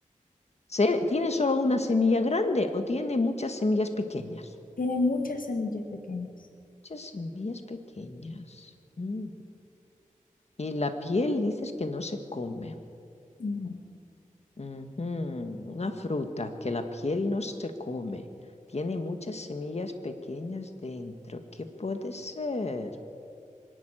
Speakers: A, on the left; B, on the left.
A: ¿Se- ¿Tiene solo una semilla grande o tiene muchas semillas pequeñas?
B: Tiene muchas semillas pequeñas.
A: Muchas semillas pequeñas. Mm. Y la piel dices que no se come.
B: No,
A: Ujú, Una fruta que la piel no se come. Tiene muchas semillas pequeñas dentro. ¿Qué puede ser?